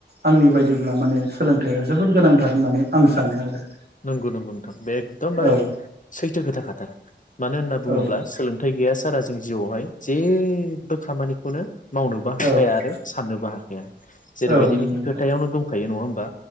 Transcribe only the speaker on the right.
आंनि बायदिब्ला माने सोलोंथाइया जोबोद गोनांथार होननानै आं सानो आरो
औ
औ
औ
औ नंगौ नोंथां